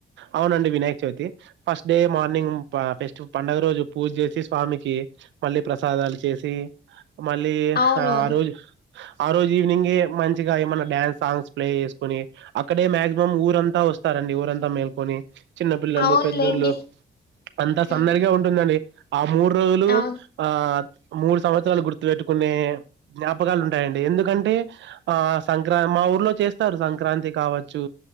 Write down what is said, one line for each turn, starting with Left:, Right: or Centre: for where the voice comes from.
Right: అవునండి Vinayak Chavithi first day morning పా ఫెస్టివ్ పండుగ రోజు పూజ్ చేసి స్వామికి మళ్ళీ ప్రసాదాలు చేస్ తీ మళ్ళీ
Left: అవునవును
Right: ఆ రోజు ఆ రోజు ఈవినింగే మంచిగా ఏమన్నా డ్యాన్స్ సాంగ్స్ ప్లే చేసుకొని, అక్కడే మాక్సిమం ఊరంతా వస్తారండి ఊరంతా మేల్కొని. చిన్న పిల్లలు
Left: అవునులేండి
Right: పెద్దోళ్ళు, అంతా
Left: ఉమ్,
Right: సందడిగా ఉంటుందండి. ఆ మూడు రోజులు
Left: అవును
Right: ఆ మూడు సంవత్సరాలు గుర్తుపెట్టుకునే జ్ఞాపకాలు ఉంటాయండి. ఎందుకంటే ఆ సంక్రా ఏమో మా ఊర్లో చేస్తారు సంక్రాంతి కావచ్చు